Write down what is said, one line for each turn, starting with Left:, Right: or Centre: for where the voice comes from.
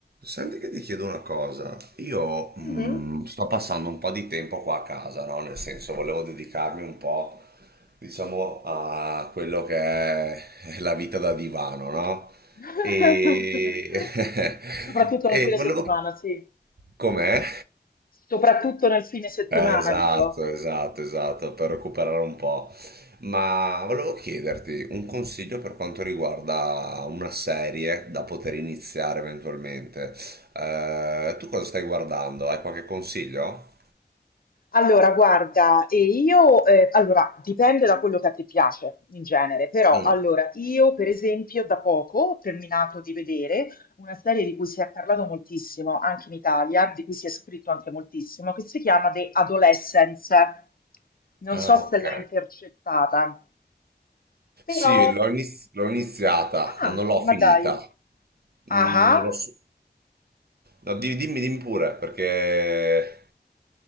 Right: Senti che ti chiedo una cosa, io mm,
Left: Mh-mh.
Right: sto passando un po' di tempo qua a casa, no? Nel senso volevo dedicarmi un po', diciamo, a quello che è la vita da divano, no?
Left: <laughs>
Right: E, <laughs>
Left: Soprattutto
Right: e
Left: nel fine
Right: volevo...
Left: settimana, sì.
Right: Com'è?
Left: Soprattutto nel fine settimana,
Right: Eh, esatto,
Left: dico.
Right: esatto, esatto, per recuperare un po'. Ma volevo chiederti un consiglio per quanto riguarda una serie da poter iniziare eventualmente. Eh, tu cosa stai guardando? Hai qualche consiglio?
Left: Allora guarda, e io ehm, allora dipende da quello che a te piace in genere, però
Right: Mm.
Left: allora io per esempio da poco ho terminato di vedere una serie di cui si è parlato moltissimo anche in Italia, di cui si è scritto anche moltissimo, che si chiama The Adolescence. Non
Right: Ah,
Left: so se
Right: ok.
Left: l'hai intercettata. Però
Right: Sì, l'ho iniz- l'ho iniziata,
Left: Ah,
Right: ma non l'ho
Left: ma
Right: finita.
Left: dai. Ah,
Right: Mm,
Left: ah.
Right: l'ho su- No, di- dimmi, dimmi pure, perché...